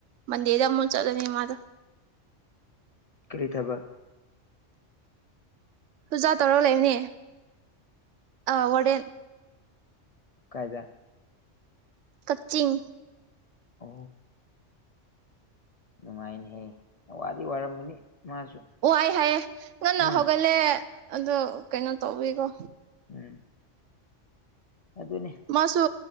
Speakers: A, on the right; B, on the left.
A: ꯃꯟꯗꯦꯗ ꯑꯃꯨꯛ ꯆꯠꯂꯅꯤ ꯃꯥꯗꯣ
B: ꯀꯔꯤꯗꯥꯕꯥ
A: ꯄꯨꯖꯥ ꯇꯧꯔꯒ ꯂꯩꯕꯅꯦ ꯑꯥ ꯋꯥꯔꯗꯦꯟ
B: ꯀꯥꯏꯗ
A: ꯀꯛꯆꯤꯡ
B: ꯎ ꯅꯨꯡꯉꯥꯏꯅꯤꯍꯦ ꯋꯥꯗꯤ ꯋꯥꯔꯝꯒꯅꯤ ꯃꯥꯁꯨ
A: ꯋꯥꯏ ꯍꯥꯏꯌꯦꯦ ꯉꯟꯅ
B: ꯎꯝ
A: ꯍꯧꯒꯜꯂꯦ ꯑꯗꯨꯣ ꯀꯩꯅꯣ ꯇꯧꯋꯀꯣ
B: ꯎꯝ ꯑꯗꯨꯅꯤ
A: ꯃꯥꯁꯨ